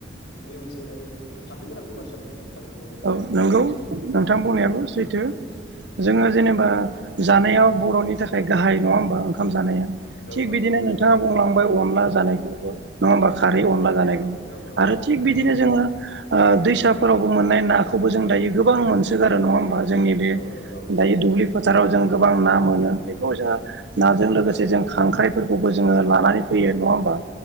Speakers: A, on the left; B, on the right.
A: बेयो मोनसे आरो साननो गोनांबो बाथ्रा बियो थारैनो
B: औ
A: अनला
B: नंगौ
A: ओंख्रि
B: नोंथां बुंनायाबो सैथो
A: ओ
B: जोङो जेनेबा जानायाव बर'नि थाखाय गाहाय नङा होमबा ओं ओंखाम जानाया
A: औ
B: थिग बिदिनो नोंथाङा
A: औ
B: बुंलांबाय अनला जानायखौबो नङा होमबा। खारै अनला
A: औ
B: जानायखौ
A: औ
B: आरो थिग
A: औ
B: बिदिनो जोङो ओ दैसाफोरावबो मोननाय नाखौबो जों दायो गोबां मोनसोगारो नङा होम जोंनि बे
A: औ औ औ
B: दायो दुब्लि फोथाराव जों
A: उम
B: गोबां
A: उम
B: ना मोनो बेखौ जोङो नाजों लोगोसे जों खांख्राइफोरखौबो जोङो लानानै फैयो नङा होमबा